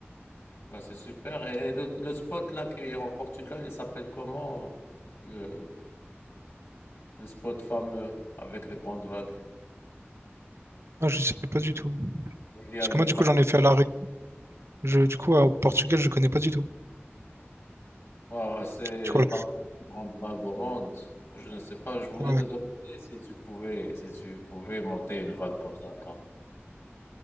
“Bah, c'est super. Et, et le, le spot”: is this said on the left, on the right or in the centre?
Left